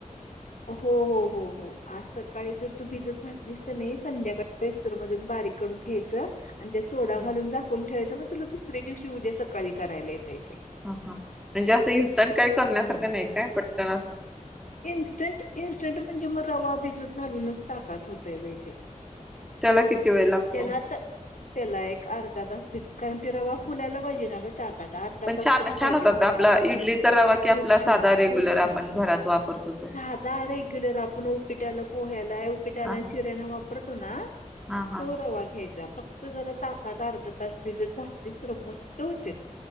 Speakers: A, on the left; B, in the centre.
A: हो. हो. हो. हो. आज सकाळी जर तू भिजत घातलीस का नाही? संध्याकाळी मिक्सर मधून बारीक- करून घ्यायच आणि ते सोडा-
B: ह
A: घालून झाकून ठेवायचं. मग तुला दुसऱ्या दिवशी उद्या सकाळी करायला येतय ते.
B: ह. हा. म्हणजे असं इन्स्टंट काही करण्यासारखं
A: हम्म
B: नाही काय? पटकन असं.
A: इन्स्टंट. इन्स्टंट म्हणजे मग रवा भिजत घालूनच ताकात होतय बाई ते.
B: त्याला किती वेळ लागतो?
A: त्याला आता त्याला एक अर्धा तास भिजत-कारण ते रवा फुलायला पाहिजे ना ग? ताकात. अर्धा
B: पण
A: तास
B: छान
A: तरी
B: छान
A: पाहिजे
B: होतात
A: बघ
B: का आपला
A: त्याला.
B: इडलीचा रवा की आपला
A: खूप
B: साधा
A: छान.
B: रेग्युलर
A: खूप
B: आपण
A: छान.
B: घरात वापरतो तो
A: साधा रेग्युलर. आपण उप्पीटाला, पोह्याला हे उप्पीटाला
B: हा हा
A: आणि शिऱ्याला वापरतो ना?
B: हा हा
A: तो रवा घ्यायचा. फक्त जरा ताकात अर्धा तास भिजत घातलीस तर मस्त होत्यात.